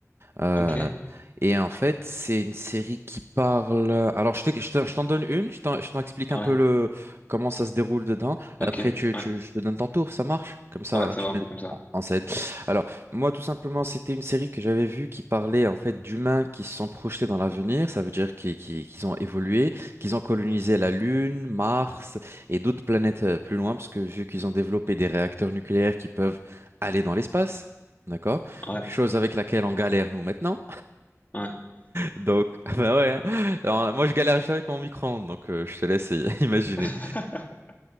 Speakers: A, on the right; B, on the left.
A: Euh,
B: Ok.
A: et en fait, c'est une série qui parle. Alors, je te- je te- je t'en donne une, je t'en, je t'en explique un
B: Ouais.
A: peu le comment ça se déroule dedans.
B: Ok.
A: Après, tu,
B: Ouais.
A: tu- je te donne ton tour, ça marche? Comme ça,
B: Ouais, ça
A: tu
B: va, on
A: mets
B: fait comme ça.
A: en en scène. Alors, moi, tout simplement, c'était une série que j'avais vue qui parlait en fait d'humains qui se sont projetés dans l'avenir. Ça veut dire qu'ils qu'ils- qu'ils ont évolué, qu'ils ont colonisé la Lune, Mars et d'autres planètes euh, plus loin, parce que vu qu'ils ont développé des réacteurs nucléaires qui peuvent aller dans l'espace. D'accord?
B: Ouais.
A: Chose avec laquelle on galère nous maintenant.
B: Ouais.
A: Donc, <laughs> bah ouais. hein. Alors, moi, je galère juste avec mon micro-ondes, donc euh, je te laisse y- <laughs> imaginer.
B: <laughs>